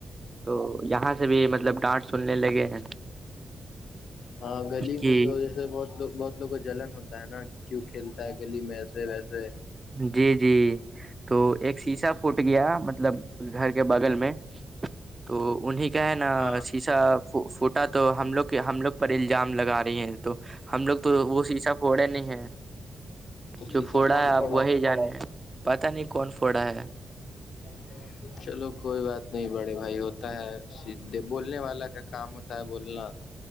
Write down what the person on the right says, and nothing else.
تو یہاں سے بھی مطلب ڈانٹ سننے لگے ہیں
کہ
جی جی تو ایک شیشا پوٹ گیا مطلب گھر کے بغل میں تو انیں کا ہے نا
سیسا فوٹا تو ہم لوگ کے ہم لوگ پر الزام لگا رہی ہیں تو ہم لوگ تو وہ شیسا پھوڑے نہیں ہے
جو
پھوڑا
ہے اب
ہے پتا نہیں کون فوڑا ہے